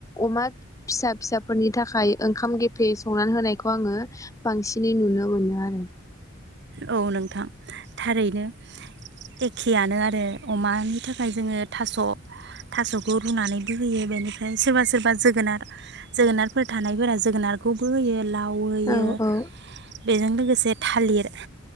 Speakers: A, on the left; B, on the right.
A: अमा फिसा फिसाफोरनि थाखाय ओंखाम गेफे संनानै होनायखौ आङो बांसिनै नुनो मोनो आरो
B: औ नोंथां थारैनो एखेयानो आरो अमानि थाखाय जोङो थास' थास'खौ रुनानैबो होयो बेनिफ्राय सोरबा सोरबा जोगोनार जोगोनारफोर थानायफोरा जोगोनारखौबो होयो लाव होयो
A: औ औ
B: बेजों लोगोसे थालिर